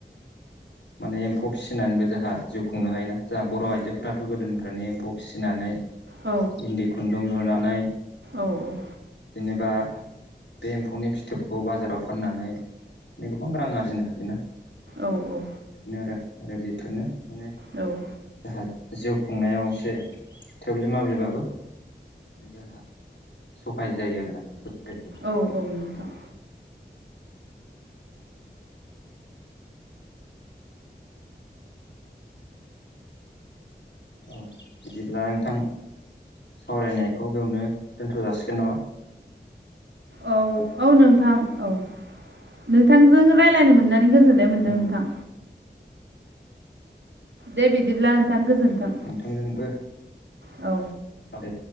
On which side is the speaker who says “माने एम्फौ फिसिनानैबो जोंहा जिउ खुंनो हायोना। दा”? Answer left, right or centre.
Left